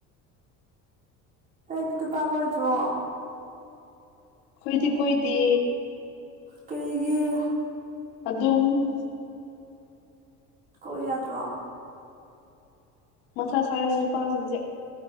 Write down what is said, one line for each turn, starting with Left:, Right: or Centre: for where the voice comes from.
Right: ꯅꯪꯗꯤ ꯅꯨꯄꯥ ꯀꯣꯏꯗ꯭ꯔꯣ꯫
Left: ꯑꯩꯈꯣꯏꯗꯤ ꯀꯣꯏꯗꯦ꯫
Right: ꯀꯔꯤꯒꯤ꯫
Left: ꯑꯗꯨꯝ꯫
Right: ꯀꯣꯏꯌꯨ ꯌꯥꯗ꯭ꯔꯣ꯫
Left: ꯃꯊꯥ ꯁꯥꯏ ꯅꯨꯄꯥꯁꯤꯡꯁꯦ꯫